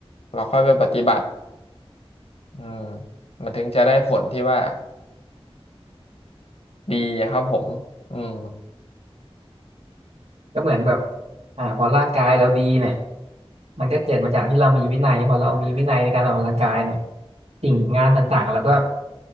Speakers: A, on the left; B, on the right.
A: เราค่อยไปปฏิบัติอืมมันถึงจะได้ผลที่ว่าดีอะครับผมอืม
B: ก็เหมือนแบบอ่าพอร่างกายเราดีเนี่ยมันก็เกิดมาจากที่เรามีวินัยพอเรามีวินัยในการออกกำลังกายเนี่ยสิ่งงานต่างๆเราก็